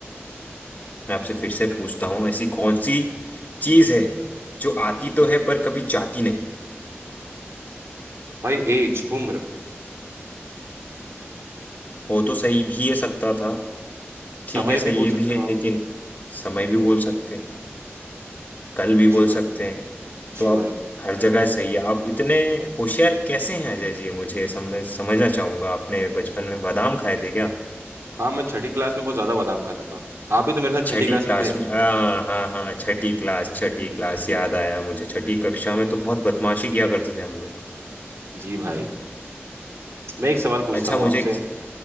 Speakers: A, on the left (about 35°); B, on the right (about 75°).
A: मैं आपसे फिर से पूछता हूँ ऐसी कौन सी चीज है जो आती तो है पर कभी जाती नहीं
B: भाई एज उम्र
A: हो तो सही भी है सकता था ठीक
B: समय
A: है सही
B: भी बोल
A: ये
B: सकते
A: भी है
B: हो आप
A: लेकिन समय भी बोल सकते हैं कल भी बोल
B: जी भाई
A: सकते हैं
B: जी
A: तो आप
B: भाई
A: हर जगह सही है आप इतने होशियार कैसे हैं अजय जी मुझे समझ समझना चाहूंगा आपने बचपन में बादाम खाए थे क्या
B: हाँ मैं छठी क्लास में बहुत ज्यादा बादाम खाता था आप भी तो मेरे साथ
A: छठी
B: छठी क्लास
A: क्लास
B: में थे
A: में हाँ हाँ हाँ छठी क्लास छठी क्लास याद आया मुझे छठी कक्षा में तो बहुत बदमाशी किया करते थे हम लोग
B: जी भाई मैं एक सवाल पूछता
A: अच्छा
B: हूँ
A: मुझे
B: आपसे